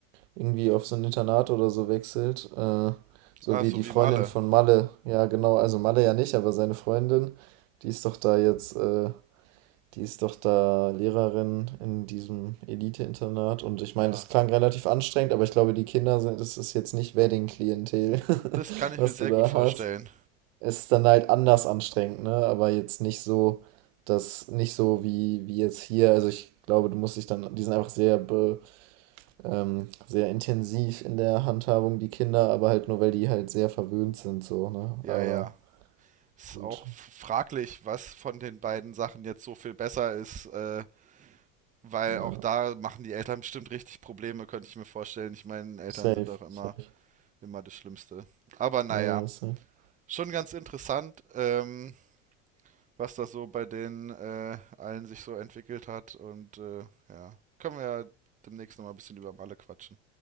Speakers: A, on the right (about 70°); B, on the right (about 20°).
A: irgendwie auf so ein Internat oder so wechselt. Äh, so
B: Ah,
A: wie
B: so
A: die
B: wie
A: Freundin
B: Malle.
A: von Malle. Ja, genau. Also Malle ja nicht, aber seine Freundin, die ist doch da jetzt äh, Die ist doch da Lehrerin in diesem Elite-Internat und ich
B: Ja.
A: meine, das klang relativ anstrengend, aber ich glaube, die Kinder sind, das ist jetzt nicht Wedding-Klientel,
B: Das
A: <laughs>
B: kann ich
A: was
B: mir sehr
A: du da
B: gut vorstellen.
A: hast. Es ist dann halt anders anstrengend, ne? Aber jetzt nicht so, das nicht so wie, wie jetzt hier. Also ich glaube, du musst dich dann, die sind einfach sehr, be, ähm, sehr intensiv in der Handhabung, die Kinder, aber halt nur, weil die halt sehr verwöhnt sind, so, ne?
B: Ja,
A: Aber
B: ja. Ist
A: gut,
B: auch f- fraglich, was von den beiden Sachen jetzt so viel besser ist, äh, weil
A: ja,
B: auch da machen die Eltern bestimmt richtig Probleme, könnte ich mir vorstellen. Ich meine, Eltern
A: safe,
B: sind doch immer,
A: safe.
B: immer das Schlimmste. Aber naja,
A: Ja, ja, safe.
B: schon ganz interessant. Ähm, was das so bei den äh, allen sich so entwickelt hat. Und äh, ja, können wir ja demnächst nochmal ein bisschen über Malle quatschen.